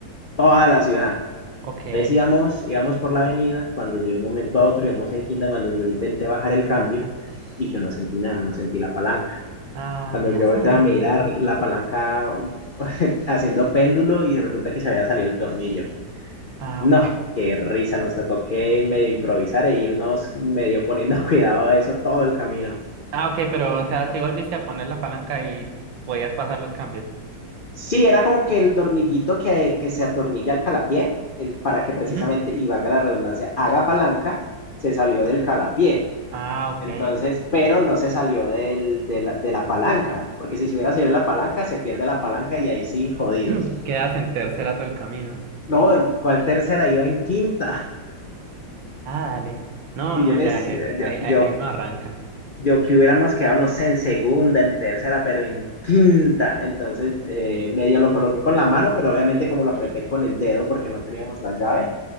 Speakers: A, on the left; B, on the right.
A: toda la ciudad.
B: Ok.
A: Entonces íbamos, íbamos por la avenida, cuando yo de un momento a otro íbamos en quinta, cuando yo intenté bajar el cambio y yo no sentí nada, no sentí la palanca.
B: Ah,
A: Cuando
B: neas.
A: yo volteé
B: <laughs>
A: a mirar la palanca <laughs> haciendo péndulo y resulta que se había salido el tornillo.
B: Ah,
A: No,
B: ok.
A: qué risa, nos tocó que medio improvisar e irnos medio poniendo <laughs> cuidado a eso todo el camino.
B: Ah, ok, pero, o sea, si volviste a poner la palanca y podías pasar los cambios.
A: Sí, era como que el tornillito que, que se atornilla al calapié, el- para que precisamente,
B: Ujú.
A: y valga la redundancia, haga palanca, se salió del calapié.
B: Ah, ok,
A: Entonces,
B: ok.
A: pero no se salió del- de la, de la palanca, porque si se hubiera salido de la palanca, se pierde la palanca y ahí sí, jodidos.
B: <laughs> Quedas en tercera todo el camino.
A: No, Walter tercera iba en quinta. <laughs>
B: Ah, dale. No,
A: Y
B: no,
A: yo les,
B: ya, eh, eh,
A: yo,
B: ahí, ahí,
A: yo,
B: ahí no arranca.
A: yo que hubiéramos quedado, no sé, en segunda, en tercera, pero en quinta. Entonces, eh, medio lo coloqué con la mano, pero obviamente como lo apreté
B: Ujú.
A: con el dedo porque no teníamos la llave,